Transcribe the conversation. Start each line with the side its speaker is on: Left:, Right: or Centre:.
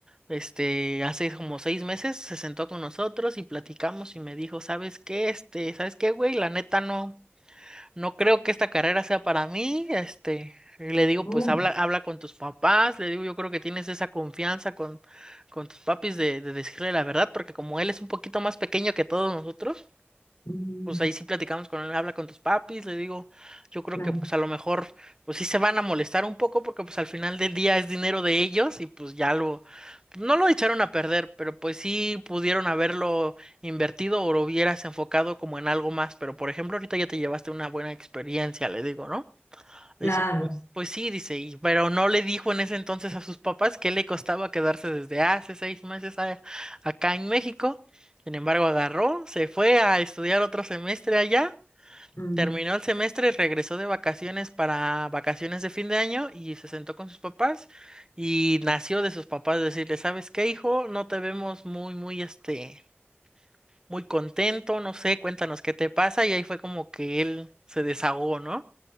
Right: Este, hace como seis meses se sentó con nosotros y platicamos y me dijo, ¿sabes qué? Este, ¿sabes qué, güey? La neta no, no creo que esta carrera sea para mí. Este, y le digo,
Left: Oh,
Right: pues habla, habla con tus papás. Le digo, yo creo que tienes esa confianza con, con tus papis de, de decirle la verdad, porque como él es un poquito más pequeño que todos nosotros,
Left: mm,
Right: pues ahí sí platicamos con él, habla con tus papis, le digo, yo creo
Left: claro,
Right: que pues a lo mejor pues sí se van a molestar un poco porque pues al final del día es dinero de ellos y pues ya lo, no lo echaron a perder, pero pues sí pudieron haberlo invertido o lo hubieras enfocado como en algo más, pero por ejemplo ahorita ya te llevaste una buena experiencia, le digo, ¿no?
Left: claro.
Right: Dice, pues, pues sí, dice, y, pero no le dijo en ese entonces a sus papás que le costaba quedarse desde hace seis meses a- acá en México. Sin embargo, agarró, se fue a estudiar otro semestre allá,
Left: mm.
Right: terminó el semestre, regresó de vacaciones para vacaciones de fin de año y se sentó con sus papás y nació de sus papás decirle, ¿sabes qué, hijo? No te vemos muy, muy, este, muy contento, no sé, cuéntanos qué te pasa y ahí fue como que él se desahogó, ¿no?